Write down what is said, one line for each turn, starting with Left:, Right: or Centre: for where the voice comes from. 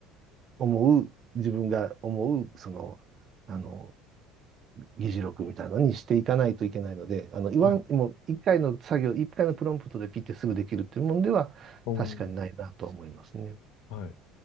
Right: 思う、自分が思う、その、あの、議事録みたいなのにしていかないといけないので、あの、言わん、
Left: はい。
Right: もう一回の作業、一回のプロンプトでピッてすぐできるっていうもんでは確かにないなと思いますね。
Left: おーはい。